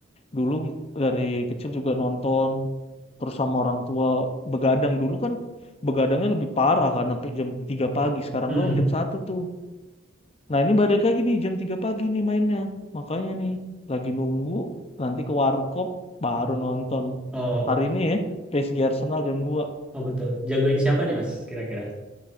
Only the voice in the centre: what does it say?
Hmm.
Oh.
Oh betul. Jagoin siapa nih Mas kira-kira?